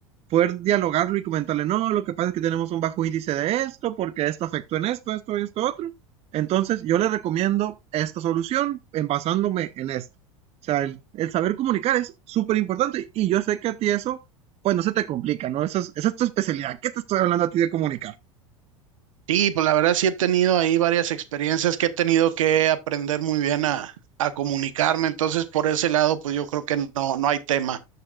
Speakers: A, on the right; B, on the right.
A: poder dialogarlo y comentarle, no, lo que pasa es que tenemos un bajo índice de esto, porque esto afectó en esto, esto, y esto, otro. Entonces, yo le recomiendo esta solución en basándome en esto. O sea, el, el saber comunicar es súper importante y yo sé que a ti eso, pues no se te complica, ¿no? Esa es, esa es tu especialidad. ¿Qué te estoy hablando a ti de comunicar?
B: Sí, pues la verdad sí he tenido ahí varias experiencias que he tenido que aprender muy bien a, a comunicarme, entonces por ese lado, pues yo creo que no, no hay tema.